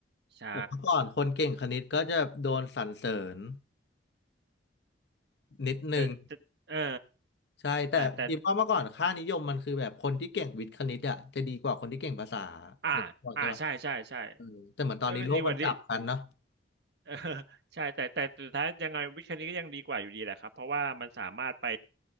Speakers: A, on the right; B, on the left.
A: ใช่
B: แต่เมื่อก่อนคนเก่งคณิตก็จะโดนสรรเสริญนิดนึง
A: แต่แต่เออ
B: ใช่แต่คิดว่าเมื่อก่อนค่านิยมมันคือแบบคนที่เก่งวิทย์คณิตอะจะดีกว่าคนที่เก่งภาษา
A: แต่แต่อ่าอ่าใช่ใช่ใช่
B: นึกออกใช่ปะเออแต่เหมือนตอนนี้โลกมันกลับกันเนาะ
A: ก็ก็ดีกว่าดี้เออ <laughs> ใช่แต่แต่แต่สุดท้ายยังไงวิชานี้ก็ยังดีกว่าอยู่ดีแหละครับเพราะว่ามันสามารถไป